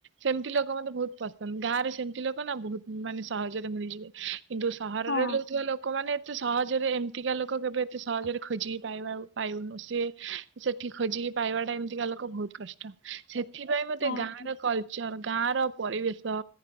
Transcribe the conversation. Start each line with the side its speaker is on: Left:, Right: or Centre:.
Right: ସେମିତି ଲୋକ ମତେ ବହୁତ ପସନ୍ଦ ଗାଁ ରେ ସେମିତି ଲୋକ ନା ବହୁତ ମାନେ ସହଜରେ ମିଳିଯିବେ କିନ୍ତୁ ସହରରେ
Left: ହଁ
Right: ରହୁଥିବା ଲୋ ଲୋକମାନେ ଏତେ ସହଜରେ ଏମିତିକା ଲୋକ କେବେ ଏତେ ସହଜରେ ଖୋଜିି ପାଇବା ପାଇଉନୁ ସିଏ ସେଠି ଖୋଜିକି ପାଇବାଟା ଏମିତିକା ଲୋକ ବହୁତ କଷ୍ଟ ସେଥିପାଇଁ ମତେ
Left: ହଁ
Right: ଗାଁ
Left: ଠିକ
Right: ର କ ଚର ଗାଁ ର ପରିବେଶ